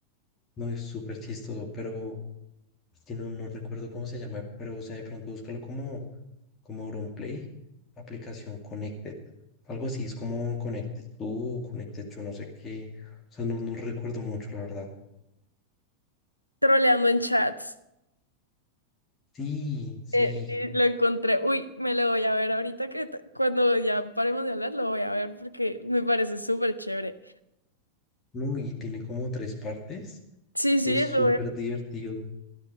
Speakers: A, on the left; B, on the left.
A: no es súper chistoso, pero Es que no, no recuerdo cómo se llama, pero o sea, de pronto búscalo como, como AuronPlay, aplicación Connected. Algo así, es como Connected tú, Connected yo no sé qué. O sea, no, no recuerdo mucho, la verdad.
B: Troleando en chats.
A: Sí, sí.
B: Eh, sí, lo encontré. Uy, me lo voy a ver ahorita que t- cuando ya paremos de hablar lo voy a ver porque me parece súper chévere.
A: No, y tiene como tres partes.
B: Sí,
A: Es
B: sí, eso
A: súper divertido.